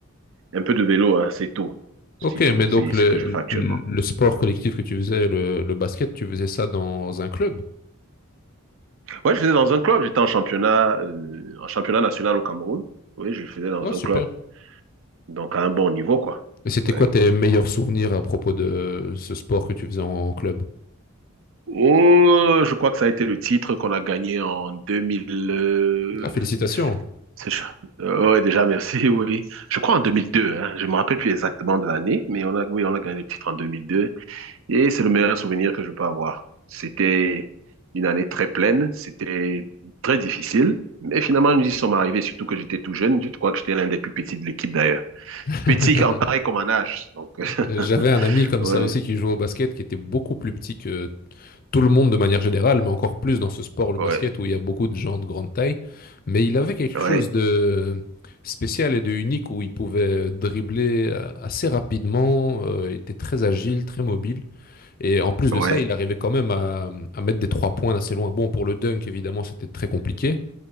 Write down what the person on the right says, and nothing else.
un peu de vélo, hein, c'est tout. C'est
tout.
C'est ce
que je fais actuellement.
Ouais, je faisais dans un club. J'étais en championnat, euh, en championnat national au Cameroun. Oui, je faisais dans
un club. Donc à un bon niveau, quoi.
Oui.
Oh, je crois que ça a été le titre qu'on a gagné en 2000. euh,
C'est chouette. Euh, ouais, déjà, merci, <laughs> oui. Je crois en 2002, hein. Je me rappelle plus exactement de l'année, mais on a, oui, on a gagné le titre en 2002. Et c'est le meilleur souvenir que je peux avoir. C'était une année très pleine, c'était très difficile, mais finalement, nous y sommes arrivés, surtout que j'étais tout jeune. Je crois que j'étais l'un des plus petits de l'équipe d'ailleurs.
Petit en taille comme en âge. Donc, <laughs>
ouais,
ouais,
ouais,
ouais,